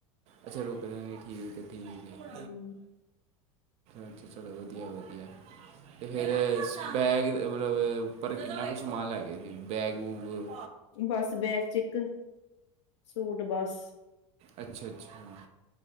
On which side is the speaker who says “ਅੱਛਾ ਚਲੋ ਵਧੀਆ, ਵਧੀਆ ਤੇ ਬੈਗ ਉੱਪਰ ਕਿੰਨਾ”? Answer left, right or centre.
Right